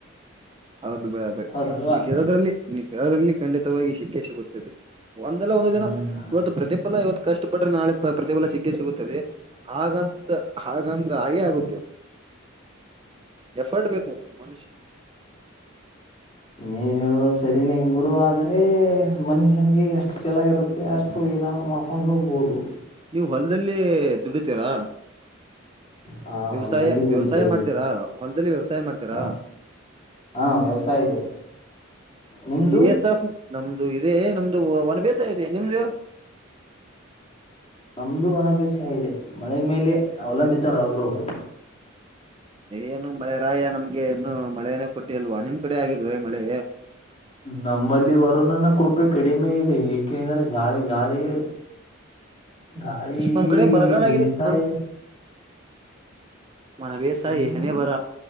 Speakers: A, on the right; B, on the left.
A: ಹೌದು <unintelligible> ನೀ
B: ಹೌದಲ್ವಾ
A: ಕೇಳೋದ್ರಲ್ಲಿ ಖಂಡಿತವಾಗಿ ಸಿಕ್ಕೆ ಸಿಗುತ್ತದೆ ಒಂದಲ್ಲ ಒಂದು
B: ಹ್ಞೂ
A: ದಿನ ಇವತ್ತು ಪ್ರತಿಫಲ ಇವತ್ತ ಕಷ್ಟ ಪಟ್ಟರ ನಾಳೆ ಪ್ರತಿಫಲ ಸಿಕ್ಕೇ ಸಿಗುತ್ತದೆ ಹಾಗಂತ ಹಾಗಂದ ಹಾಗೆ ಆಗುತ್ತೆ
B: <inaudible>
A: ಎಫರ್ಟ್ ಬೇಕು ಮನುಷ್ಯ
B: ನೀವ ಹೇಳೋದ ಸರಿನೇ ಬಿಡು ಆದ್ರೆ ಮನುಷ್ಯನಿಗೆ ಎಷ್ಟು ಛಲ ಇರುತ್ತೆ ಅಷ್ಟು ಏನಾದ್ರು ಮಾಡ್ಕೊಂಡು ಹೋಗ್ಬೋದು
A: ನೀವು್ ಹೊಲದಲ್ಲಿ ದುಡಿತೀರಾ
B: ಹಾ
A: ವ್ಯವಸಾಯ
B: ಹೊಲದಲ್ಲಿ ದುಡಿತೇವಿ
A: ವ್ಯವಸಾಯ ಮಾಡ್ತೀರಾ ಹೊಲ್ದಲ್ಲಿ ವ್ಯವಸಾಯ ಮಾಡ್ತೀರಾ
B: ಹಾ ಹಾ ವ್ಯವಸಾಯ ಇದೆ ನಿಮ್ಮದು
A: <unintelligible> ಇೇ ನಮ್ದು ಒನ ಬೇಸಯ ಇದೆ ನಿಮ್ದು
B: ನಮ್ದ ಹೊಣ ಬೇಸಾಯ ಇದೆ ಮಳೆ ಮೇಲೆ ಅವಲಂಬಿತರಾಗಿರೋದು
A: ಏನು ಮಳೆ ರಾಯ ನಮ್ಗೆ ಇನ್ನು ಮಳೆನೆೇ ಕೊಟ್ಟಿಲ್ವಾ ನಿಮ್ ಕಡೆ ಆಗಿಲ್ವೇ ಮಳೆ
B: ನಮ್ಮಲ್ಲಿ ವರುಣನ ಕೃಪೆ ಕಡಿಮೆ ಇದೆ ಏಕೆಂದ್ರೆ ಗಾಳಿ ಗಾಳಿಯೇ ಗಾಳಿ
A: ನಮ್ ಕಡೆ ಬರಗಾಲ
B: ಬೀಸುತಿದೆ
A: ಆಗಿದೆ ನಮ್ ಮನ ಬೇಸಾಯಿ
B: ಹ್ಮ್
A: ಹೆಣೆ ಬರ